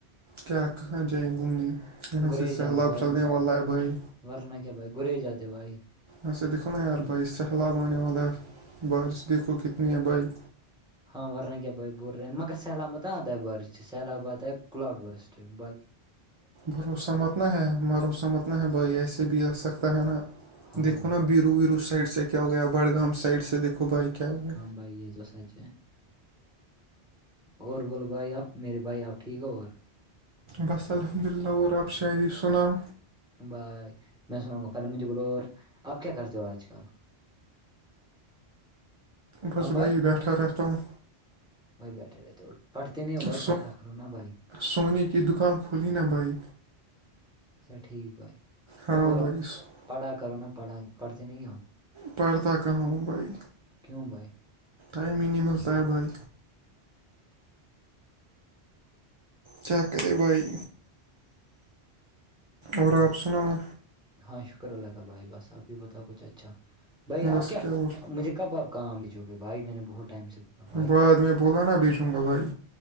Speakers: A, on the right; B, in the centre.
A: کیا کہاں جائیں گھومنے یہاں
B: گریے
A: سے سہلاب
B: جائیں گے بھائی
A: چلنے والا ہے بھائی
B: ورنہ کیا بھائی گرے ہی جاتے بھائی
A: ایسے دیکھو نا یار بھائی سہلاب آنے والا ہے بارش دیکھو کتنی ہے بھائی
B: ہاں ورنہ کیا بائی بول رہے ہیں مگر سلامت آتا بار سیلاباد ہے کلاؤڈ برسٹ بائی
A: بھروسہ متنا ہے مھروسہ متنا ہے بھائی ایسے بھی آ سکتا ہے نا
B: ہاں
A: دیکھو
B: بھائی
A: نا بی ویرو سائڈ سے کیا ہویا بڑگام سائڈ سےیکھو بھائی کیا ہو گیا
B: بھای ہے جوسچ اور بولو بھائی آپ میرے بھائی آپ ٹھیک ہو اور
A: بس الحمد للہ ر آاب س شاعری سونام
B: بائی میں سناوںں گا پہلے مجھے بولو اور آپ کیا کرتے ہو آج کل <inaudible>
A: بس
B: ہاں
A: وہ ہی بیٹھا رہتا ہوں
B: بھای بیٹے رہتے پڑھتے نہیں ہو بھائی
A: سو
B: پٹھا کرو نا بھائی
A: سونے کی دکان کھولی نا بھائی
B: اچھا ٹھیک بھائی
A: ہاں
B: میں ب
A: بھائی س-
B: پڑھا کرو نہ پڑھا پڑھتے نہیں آ
A: پڑھتا کہاں بھائی
B: کیوں بھائی
A: ائم ہی نہیںمحس ط بھائی چکتے بھائی
B: اچھا
A: اور
B: ٹھیک
A: آپ سناؤ
B: ہاں شکر اللہ کا بھائی بس آپ بھی بتاؤ کچھ اچھا بھائی آپ
A: بس
B: کیا
A: وہ
B: مجھے کب آپ کامج گے بھائی میں نے بہت ٹائم سے بھائی
A: بعد میں بوول نا بیچوں گا بھائی